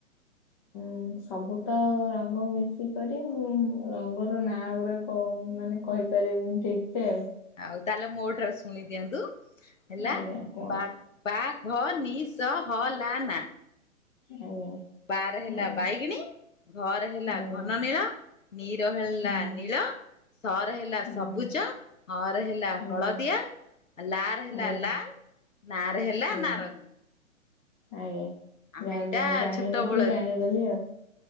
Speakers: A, on the left (about 25°); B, on the left (about 65°).
A: ଉଁ, ସବୁ ତ ରଙ୍ଗ ମିଶିକରି ଉଁ ରଙ୍ଗର ନାଁ ଗୁଡାକ ମାନେ କହିପାରିବିନି ଠିକ୍ ସେ ଆଉ
B: ଆଉ ତାହେଲେ ମୋଠାରୁ ଶୁଣି ଦିଅନ୍ତୁ, ହେଲା
A: ଆଜ୍ଞା କୁହନ୍ତୁ
B: ବାଘ୍ ବାଘ ନିଶ ହଲାନା।
A: ଆଜ୍ଞା।
B: ବା ରେ ହେଲା
A: ଆଜ୍ଞା
B: ବାଇଗିଣୀ। ଘ ରେ ହେଲା
A: ଆଜ୍ଞା
B: ଘନ ନୀଳ, ନୀ ର ହେଲା
A: ହୁଁ
B: ନୀଳ। ସ ରେ ହେଲା ସବୁଜ।
A: ଆଜ୍ଞା
B: ହ ରେ ହେଲା ହଳଦିଆ,
A: ଆଜ୍ଞା
B: ଆ ଲା ରେ ହେଲା
A: ଆଜ୍ଞା
B: ଲାଲ। ନା ରେ ହେଲା
A: ଆଜ୍ଞା
B: ନାରଙ୍ଗୀ।
A: ଆଜ୍ଞା।
B: ଆମେ
A: ଜାଣିଦେବି
B: ଏଇଟା
A: ଜାଣିନଥିଲି
B: ଛୋଟ ବେଳ
A: ଜାଣିଗଲି ଆଉ,